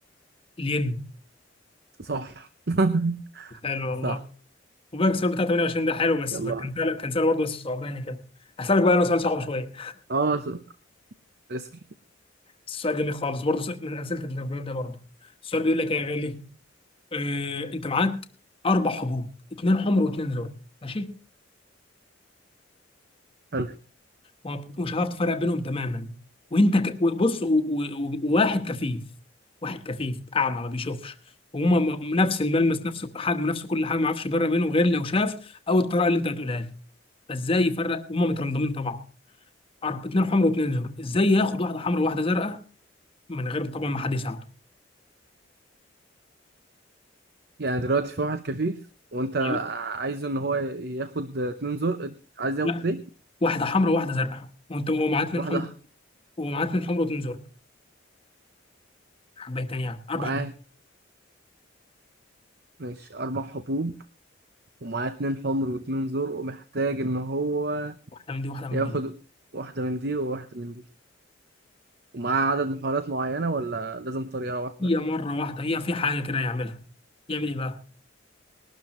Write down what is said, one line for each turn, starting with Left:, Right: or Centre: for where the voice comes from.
Left: الين
Right: صح <laughs>
Left: حلو والله
Right: صح
Left: وبقى السؤال بتاع 28 ده حلو بس
Right: يلا
Left: بقى كان سهل كان سهل برضه بس صعباني كده هسألك بقى انا سؤال صعب شويه
Right: اه س- اسأل
Left: بس سؤال جميل خالص برضه سؤال- من اسئله التدريبات ده برضه السؤال بيقول لك ايه يا غالي آه انت معاك اربع حبوب اثنين حمر واثنين زرق ماشي
Right: حلو
Left: ومش هتعرف تفرق بينهم تماما وانت ك... بص و... و... و- وواحد كفيف واحد كفيف اعمى ما بيشوفش وهما م- نفس الملمس نفس حجم نفس كل حاجه ما يعرفش يفرق بينهم غير لو شاف او الطريقه اللي انت بتقولها لي فازاي يفرق وهما مترندمين طبعا أرب... اتنين حمر واتنين زرق ازاي ياخد واحده حمرا وواحده زرقاء من غير طبعا ما حد يساعده
Right: يعني دلوقتي في واحد كفيف وانت
Left: أيوة.
Right: عايزه ان هو ياخد اتنين زر عايز ياخد
Left: لا
Right: ليه
Left: واحده حمرا وواحده زرقاء وانت هو معاه اتنين
Right: واحدة
Left: حمر هو معاه اتنين حمر واتنين زرق حبيتين يعني اربع
Right: معاه
Left: حمر
Right: ماشي أربع حبوب ومعاه اتنين حمر واتنين زر ومحتاج إن هو
Left: واحده من دي واحده من
Right: ياخد
Left: دي
Right: واحدة من دي وواحدة من دي ومعاه عدد محاولات معينة ولا لازم طريقة واحدة
Left: هي مره واحده هي في حاجه كده يعملها يعمل ايه بقى